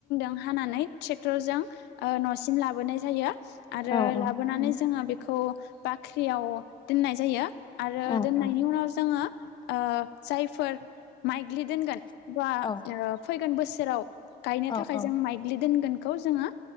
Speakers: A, on the left; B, on the left.
A: <unintelligible> हानानै ट्रेक्टरजों ओ न'सिम लाबोनाय जायो आरो
B: औ औ
A: लाबोनानै
B: थारैनो
A: जोङो बेखौ बाख्रियाव दोननाय जायो आरो
B: औ
A: दोननायनि
B: औ
A: उनाव जोङो जायफोर माइग्लि दोनगोन बा
B: औ
A: ओ फैगोन बोसोराव गायनो
B: औ
A: थाखाय
B: औ
A: जों माइग्लि दोनगोन बे खौ जोङो